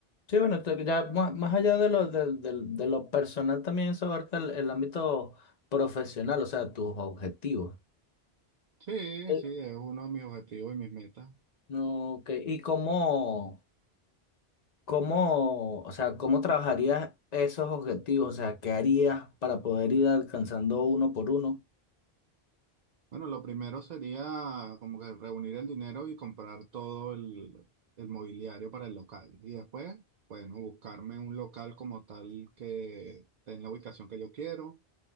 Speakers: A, on the left (about 45°); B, on the right (about 55°).
A: Sí, bueno, te- ya más, más allá de lo, de, de- de lo personal también eso abarca el, el ámbito profesional, o sea, tus objetivos.
B: Sí,
A: Sí.
B: sí, es uno de mis objetivos y mis metas.
A: Ok, ¿y cómo, cómo, o sea, cómo trabajarías esos objetivos? O sea, ¿qué harías para poder ir alcanzando uno por uno?
B: Bueno, lo primero sería como que reunir el dinero y comprar todo el, el mobiliario para el local. Y después, bueno, buscarme un local como tal que tenga la ubicación que yo quiero